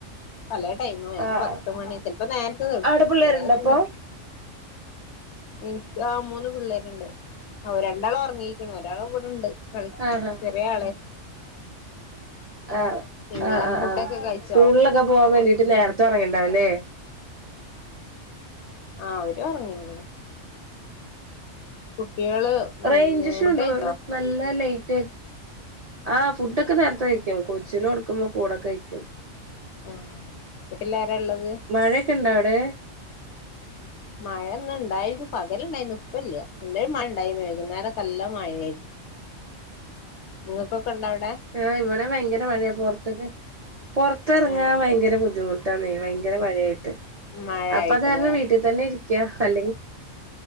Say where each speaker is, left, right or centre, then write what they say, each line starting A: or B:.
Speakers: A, on the left; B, on the right.
A: പല ടൈമു വരു
B: ആഹ്
A: പത്ത്
B: ആഹ്
A: മണി ചിലപ്പോ നേരത്തെ തടുക്കൂ
B: അവിടെ പിള്ളേരുണ്ടോ
A: ചില ദിസം
B: അപ്പൊ
A: എനിയ്ക്കാ മൂന്ന് പിള്ളേരുണ്ട് രണ്ടാളൊറങ്ങി ഒരാളിവിടുണ്ട് കളി
B: ആഹ് ആഹ്
A: ചെറിയ ആളെ
B: ആഹ്
A: നിങ്ങളപ്പ
B: ആഹ് ആഹ്
A: ഫുഡൊക്കെ
B: ആഹ്
A: കഴിച്ചോ
B: സ്കൂളിലൊക്കെ പോകാൻവേണ്ടട്ട് തൊറങ്ങിണ്ടാവല്ലേ
A: ആഹ് അവരൊറങ്ങീലെ കുട്ടികള് പിന്നെ
B: റെയിഞ്ചിഷുണ്ടോ
A: ഫുഡ് കഴിച്ചോ
B: <unintelligible> നല്ല ലൈറ്റെ ആഹ് ഫുഡൊക്കെ നേരത്തെ വയ്ക്കും കൊച്ചിനോട് ക്കുമ്പം കൂടെ കയിക്കും
A: ആഹ് വീട്ടിലാരാ ഉള്ളത്
B: മഴേക്കൊ ണ്ടോ അവിടെ
A: <inaudible> മഴ ഇന്നുണ്ടായിരുന്നു പകലുണ്ടായിരുന്നു ഇപ്പല്യ നല്ലൊരു മഴ ഇണ്ടായിരുന്നു വൈകുന്നേരക്കെല്ലാം മഴയായിരുന്നു നിങ്ങൾക്കൊക്കെ ഉണ്ടോവിടെ
B: ആഹ് ഇവിടേം ഭയങ്കര മഴയാ പോറത്തൊക്കെ പൊറത്തിറങ്ങാൻ
A: ആഹ്
B: ഭയങ്കര ബുദ്ധിമുട്ട് തന്നെ ഭയങ്കര മഴയായിട്ട്
A: മഴയായിട്ടല്ലേ
B: അപ്പൊ താരണം വീട്ടിൽ തന്നെ ഇരിക്കയാ അല്ലെങ്കി